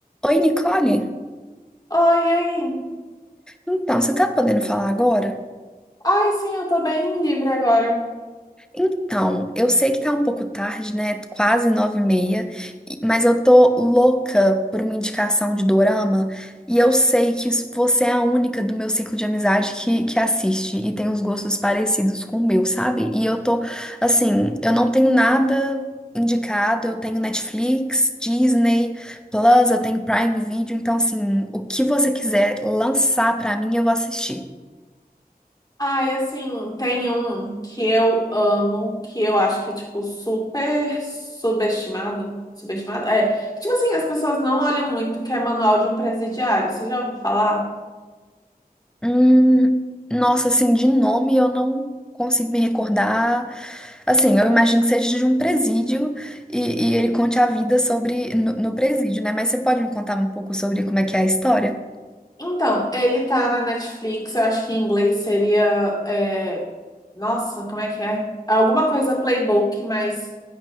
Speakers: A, in the centre; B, on the left (about 25°).
A: Oi, Nicole.
B: Oi, e aí?
A: Então, você tá podendo falar agora?
B: Ai, sim, eu tô bem livre agora.
A: Então, eu sei que tá um pouco tarde, né? Quase nove e meia, e- mas eu tô louca por uma indicação de dorama e eu sei que s- você é a única do meu ciclo de amizade que, que assiste e tem os gostos parecidos com o meu, sabe? E eu tô, assim, eu não tenho nada indicado, eu tenho Netflix, Disney, Plus, eu tenho Prime Video, então, assim, o que você quiser lançar pra mim, eu vou assistir.
B: Ai, assim, tem um que eu amo, que eu acho que é, tipo, super subestimado. Subestimado? É. Tipo assim, as pessoas não olham muito, que é Manual de um Presidiário. Você já ouviu falar?
A: Hum, nossa, assim, de nome eu não consigo me recordar. Assim, eu imagino que seja de um presídio e, e ele conte a vida sobre no, no presídio, né? Mas você pode me contar um pouco sobre como é que é a história?
B: Então, ele tá na Netflix, eu acho que em inglês seria. é, Nossa, como é que é? É Alguma coisa Playbook, mas.